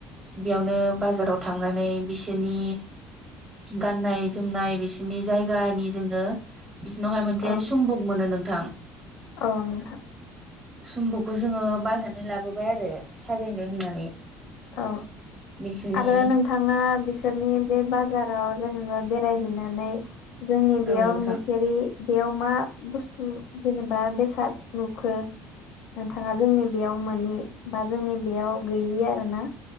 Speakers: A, on the right; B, on the left.
A: गिबियावनो बाजाराव थांनानै बिसोरनि गाननाय जोमनाय बिसि नि जायगानि जोङो। बिसिनावहाय
B: औ
A: मोनसे सुमबुक मोनो नों थां।
B: औ नोंथां।
A: सम्बुकखौ जोङो बायनानै लाबोबाय आरो साजायनो होननानै।
B: औ।
A: बिसिनि
B: आरो नोंथाङा बिसोरनि बे बाज बाजाराव जेनेबा बेरायहैनानै जोंनि
A: औ
B: बेयाव
A: नोंथां
B: नुफेरै बेयाव मा बुस्थु जेनेबा बेसाद नुखो नोंथाङा जोंनि बेयाव मोनि बा जोंनि बेयाव गैयि आ अना।